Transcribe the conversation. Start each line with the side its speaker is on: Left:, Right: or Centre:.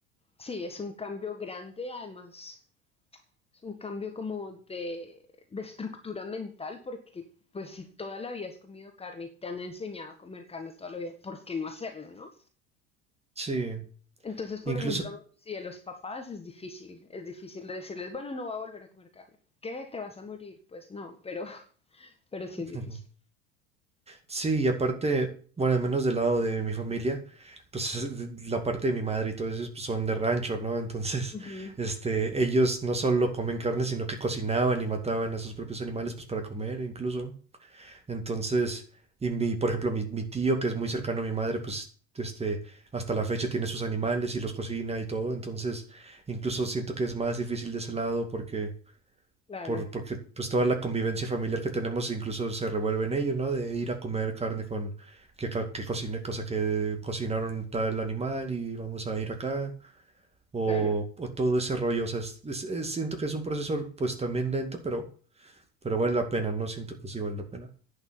Left: sí, es un cambio grande, además. Es un cambio como de, de estructura mental, porque pues si toda la vida has comido carne y te han enseñado a comer carne toda la vida, ¿por qué no hacerlo, no?
Right: Sí,
Left: Entonces, por
Right: incluso...
Left: ejemplo, si a los papás es difícil, es difícil de decirles, bueno, no va a volver a comer carne. ¿Qué? ¿Te vas a morir? Pues no, pero, <laughs> pero sí
Right: <laughs>
Left: es difícil.
Right: Sí, y aparte, bueno, al menos del lado de mi familia, pues es- la parte de mi madre y todo eso pues, son de rancho, ¿no? Entonces,
Left: Ujú.
Right: <laughs> este, ellos no solo comen carne, sino que cocinaban y mataban a sus propios animales, pues para comer incluso. Entonces, y mi, por ejemplo, mi, mi tío, que es muy cercano a mi madre, pues, este, hasta la fecha tiene sus animales y los cocina y todo. Entonces, incluso siento que es más difícil de ese lado porque
Left: Claro,
Right: por, porque pues toda la convivencia familiar que tenemos incluso se revuelve en ello, ¿no? De ir a comer carne con que, ca- que cocine, cosa que cocinaron tal animal y vamos a ir acá, o,
Left: claro.
Right: o todo ese rollo, o sea, es- es- es- siento que es un proceso pues también lento, pero, pero vale la pena, ¿no? Siento que sí vale la pena.